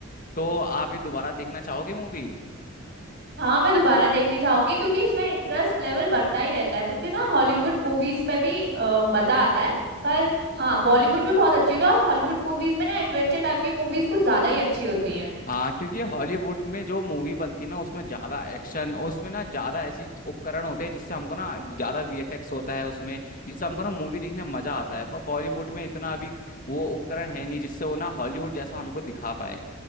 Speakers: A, on the left; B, on the right.
A: तो आप ये दोबारा देखना चाहोगे मूवी
B: हाँ मैं दोबारा देखने जाऊंगी क्योंकि इसमें इंटरेस्ट लेवल बढ़ता ही रहता है मुझे ना हॉलीवुड मूवीज में भी अ, मजा आता है पर हाँ बॉलीवुड भी बहुत अच्छी होती है और हॉलीवुड मूवीज में ना एडवेंचर टाइप की मूवीज कुछ ज्यादा ही अच्छी होती हैं
A: हाँ क्योंकि हॉलीवुड में जो मूवी बनती है ना उसमें ज्यादा एक्शन और उसमें ना ज्यादा ऐसी उपकरण होते हैं जिससे हमको ना ज्यादा वीएफएक्स होता है उसमें जिससे हमको ना मूवी देखने में मजा आता है पर बॉलीवुड में इतना अभी वो उपकरण है नहीं जिससे वो ना हॉलीवुड जैसा हमको दिखा पाए